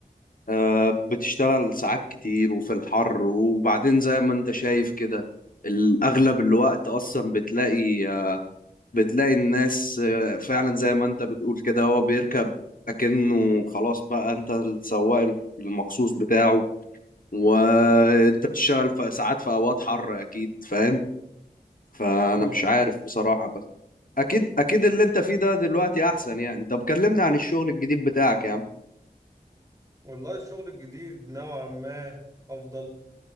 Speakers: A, on the left (about 60°); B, on the right (about 20°).
A: آه، بتشتغل ساعات كتير وفي الحر وبعدين زي ما انت شايف كده الأغلب الوقت أصلا بتلاقي آه، بتلاقي الناس آه، فعلا زي ما انت بتقول كده هو بيركب أكنه خلاص بقى انت السواق المخصوص بتاعه وانت بتشتغل في ساعات في أوقات حر أكيد فاهم فأنا
B: اه
A: مش عارف بصراحة بس أكيد أكيد اللي انت فيه ده دلوقتي أحسن يعني طب كلمني عن الشغل الجديد بتاعك يا عم
B: والله الشغل الجديد نوعا ما أفضل